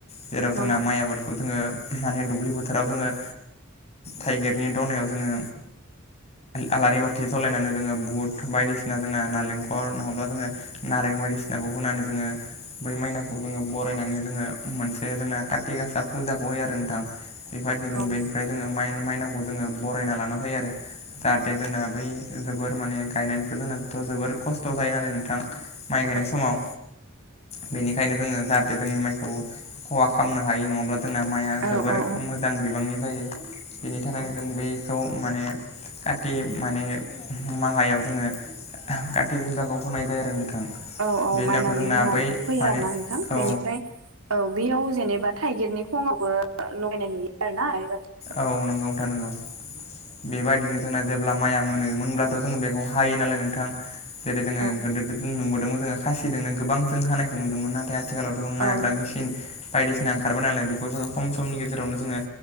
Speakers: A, on the left; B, on the right.
A: जेराव
B: नंगौ
A: जोंना
B: नंगौ
A: माइ आबादखौ जोङो माने दुब्लिबो फोथाराव जोङो थाइगिरनि दनायाव जोङो आलारि बाथि जलायनानै जोङो बध बायदिसिना जोंना नारेंखल नङाब्ला जोङो नारें बायदिसिनाखौ होनानै जोङो बै माइनाव जोङो बरायनानै जोङो मोनसे जोंना काथि गासा फुजाखौ होयो आरो नोंथां बेबायादिनो जों
B: औ
A: बेनिफ्राय
B: नंगौ नोंथां
A: जोङो मा माइनाव जोङो बरायना लाना फैयो आरो जाहाथे जोंना बै जोबोर माने गायनायनिफ्राय जोंनाथ' जोबोर खस्थ' जायो नालाय नोंथां माइ गायनाय
B: औ
A: समाव
B: नंगौ
A: बेनिखनो बेंखायनो जोङो जाहाथे जोंनि माइखौ खहा खालामनो हायो नङाब्ला जोंना माइआ
B: औ
A: जोबोर
B: औ
A: मोजां मोजां बिबांनि जायो बेनि थाखायनो
B: औ
A: जों बैखौ माने कति माने माहायाव जोङो काति फुजाखौ होनाय जायो आरो नोंथां
B: औ औ
A: बेनि
B: माइनावनि
A: उनावथ' जोंना
B: मुङाव
A: बै
B: फैयो
A: माने
B: आरो ना नोंथां
A: औ
B: बेनिफ्राय औ बेयाव जेनेबा थाइगिरनि खङावबो लगायनाय नुयो आरोना आलारि बाथि
A: औ नंगौ नोंथां नंगौ बेबायदिनो जोंना जेब्ला माइया मोनोमोनब्लाथ' जोङो बेखौ हायो नालाय नोंथां जेरै जोङो
B: औ
A: गोदो जों नुबोदोंमोन जोङो खासिजोंनो गोबां जों हानायखौ नुदोंमोन नाथाय आथिखालावथ' जों माइ
B: औ
A: हाग्रा मेसिन बायदिसिना ओंखारबबाय नालाय बेखौ जोङो खम समनि गेजेरावनो जोङो